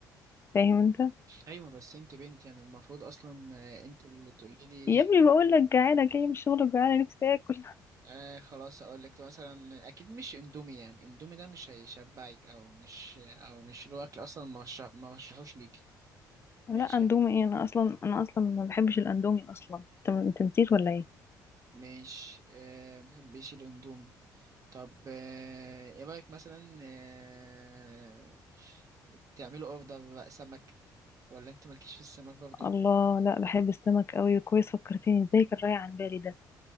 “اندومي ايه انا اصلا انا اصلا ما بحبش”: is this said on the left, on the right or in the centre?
Left